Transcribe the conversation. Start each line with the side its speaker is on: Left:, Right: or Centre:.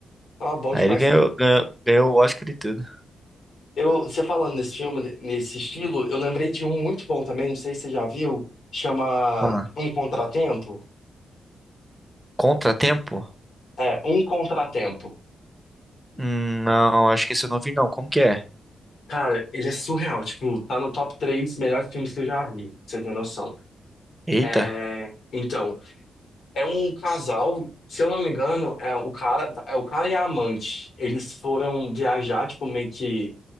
Left: Ah, bom
Centre: Aí
Left: demais.
Centre: ele ganhou, ganhou, ganhou o Oscar e tudo.
Left: Eu, você falando nesse filme, nesse estilo, eu lembrei de um muito bom também, não sei se você já viu, chama
Centre: Ah,
Left: Um Contratempo.
Centre: Contratempo?
Left: É, Um Contratempo.
Centre: Hum, não, acho que isso eu não vi, não. Como que é?
Left: Cara, ele é surreal, tipo, tá no top três melhores filmes que eu já vi, pra você tem noção.
Centre: Eita.
Left: É, então, é um casal, se eu não me engano, é o cara, é o cara e a amante. Eles foram viajar, tipo, meio que